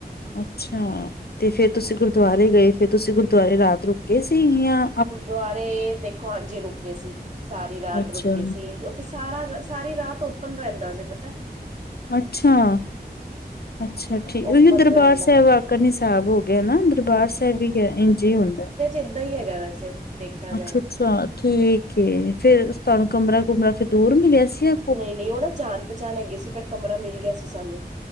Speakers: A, on the left; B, on the right.
A: ਅੱਛਾ ਤੇ ਫੇਰ ਤੁਸੀਂ ਗੁਰਦੁਆਰੇ ਗਏ, ਫੇਰ ਤੁਸੀਂ ਗੁਰਦੁਆਰੇ ਰਾਤ ਰੁੱਕ ਗਏ ਸੀ ਜ਼ਾ
B: ਗੁਰਦੁਆਰੇ ਦੇਖੋ ਹਾਂਜੀ ਰੁਕੇ ਸੀ, ਸਾਰੀ ਰਾਤ
A: ਅੱਛਾ
B: ਰੁਕੇ ਗਏ ਸੀ ਤੇ ਸਾਰਾ ਸਾਰੀ ਰਾਤ ਓਪਨ ਰਹਿੰਦਾ ਜੇ ਪਤਾਏ।
A: ਅੱਛਾ-ਅੱਛਾ ਠੀਕ
B: ਓਪਨ
A: ਉਹੀ ਦਰਬਾਰ
B: ਰਹਿੰਦਾ
A: ਸਾਹਿਬ ਵਾਕਨ ਹੀ ਸਾਹਿਬ ਹੋ ਗਏ ਨਾ ਦਰਬਾਰ ਸਾਹਿਬ ਵੀ ਇੰਝ ਈ ਹੁੰਦਾ
B: ਇੱਦਾਂ ਈ ਹੈਗਾ ਵੈਸੇ ਦੇਖਿਆ ਜਾਏ
A: ਅੱਛਾ ਅੱਛਾ ਠੀਕ ਏ ਫੇਰ ਤਾਨੂੰ ਕਮਰਾ ਕੁਮਰਾ ਫੇਰ ਦੂਰ ਮਿਲਿਆ ਸੀ ਜਾ
B: ਨਈ-ਨਈ ਓ ਨਾ ਜਾਣ ਪਹਿਚਾਣ ਹੈਗੀ ਸੀ ਫਿਰ ਕਮਰਾ ਮਿਲ ਗਿਆ ਸੀ ਸਾਨੂੰ